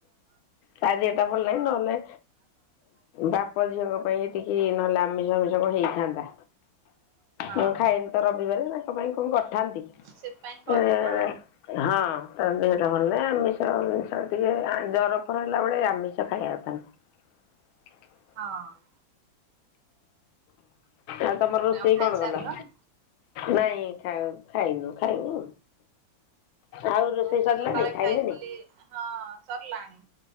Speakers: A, on the left; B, on the right.
A: ତା ଦିହଟା ଭଲ ନାହିଁ ନ ନହେଲେ ବାପ ଝିଅଙ୍କ ପାଇଁ ଟିକେ ନହେଲେ ଆମିଷ ଫାମିଷ ଟିକିଏ ହେଇଥାନ୍ତା। ମୁଁ
B: ହଁ
A: ଖାଏନି ତ ରବିବାରେ ତାଙ୍କ ପାଇଁ କଣ କରିଥାନ୍ତି।
B: ସେଥିପାଇଁ
A: <unintelligible>
B: କରିନ ଆଉ
A: ହଁ ତାଦେହଟା ଭଲ ନାହିଁ ଆମିଷ ଫାମିଷ ଟିକେ ଜରଫର ହେଲା ବେଳେ ଆମିଷ ଖାଇବାକୁ <unintelligible>
B: ହଁ।
A: ଆ ତମର ରୋଷେଇ
B: ଆଉ ଖାଇସାରିଲଣି?
A: କଣ କଲ? ନାଇଁ ଖାଇନୁ ଖାଇବୁ। ଆଉ ରୋଷେଇ
B: ମୁଁ ତ
A: ସରିଲାନି
B: ସକାଳେ
A: ଖାଇଲେନି?
B: ଖାଇଥିଲି ହଁ ସରିଲାଣି